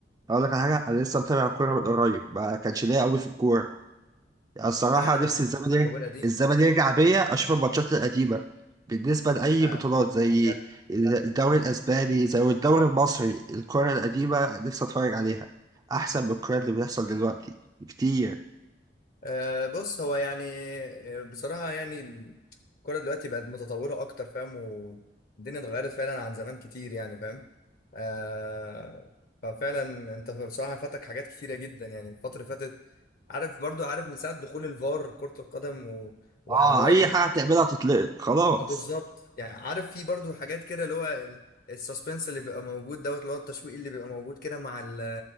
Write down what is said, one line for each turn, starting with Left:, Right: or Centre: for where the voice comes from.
Right: اقول لك على حاجه انا لسه متابع الكوره من قريب ما كانش ليا قوي في الكوره يعني الصراحه
Left: ده انا
Right: نفسي الزمن يرجع
Left: كوين قديم
Right: الزمن يرجع بيا اشوف الماتشات القديمه بالنسبه لاي
Left: لا
Right: بطولات زي
Left: بجد
Right: الدوري الاسباني زي الدوري المصري الكوره القديمه نفسي اتفرج عليها احسن من الكوره اللي بتحصل دلوقتي كتير
Left: أه بص هو يعني آه، بصراحة يعني الكرة دلوقتي بقت متطورة أكتر فاهم والدنيا اتغيرت فعلا عن زمان كتير يعني فاهم أه ففعلا أنت بصراحة فاتك حاات كتيرة جدا يعني الفترة اللي فاتت عارف برضو عارف من ساعة دخول الفار كرة القدم و- وبقى
Right: اه
Left: هو
Right: اي حاجه تعملها تتلقط خلاص
Left: اه بالظبط يعني عارف في برضو حاجات كده اللي هو ال- السسبنس اللي بيبقى موجود دوت اللي هو التشويق اللي بيبقى موجود كده مع ال